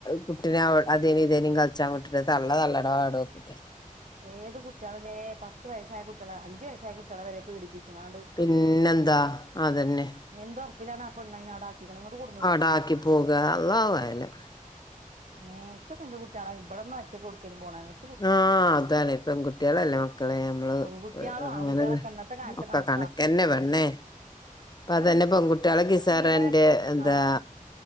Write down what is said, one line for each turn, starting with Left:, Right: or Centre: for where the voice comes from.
Left: കുട്ടിനെ അ അതേ നീ ഇതേനി കസ് യവ്ട്ടട്ടെ തള്ള തള്ളടപാടോക്കട്ടെ
Right: ഏത് കുട്ട്യളിലേ പത്ത് വയസ്സായ കുട്ട്യളെ അഞ്ചു വയസ്സായ കുട്ടികളെ വരെ പീഡിപ്പിച്ചിങ്ങാണ്ട്
Left: പിന്നെന്താ അതെന്നെ.
Right: എന്തൊർപ്പിലാണാ പെണ്ണയ്നവ്ടാക്കി ക്കിക്ക് ണ്ങ്ങട്ട്കൊട്
Left: അടാക്കി പോകാ അള്ളാഹു അഹ് ലം
Right: മ്മേ ഇച്ചൊക്കെ ൻ്റെ കുട്ട്യേളെ ഇബട്ന്നൊറ്റക്ക് ഒട്ക്കേലും പോണേന്നെ
Left: ആഹ് അതാണ് പെൺകുട്ട്യേളല്ലേ മക്കളേ ഞമ്മള്
Right: പെൺകുട്ടികളും
Left: ങ്ങനെന്നെ
Right: ആൺകുട്ടികളൊക്കെ ഇന്നത്തെ കാലത്ത്
Left: ഒക്കെ
Right: കണക്കാ
Left: കണക്കെന്നെ പെണ്ണേ പ്പ അതന്നെ
Right: ഏഹ്
Left: പെൺകുട്ടികളക്കിസാറൻ്റെ
Right: പീഡന
Left: ന്താ
Right: ആഹ്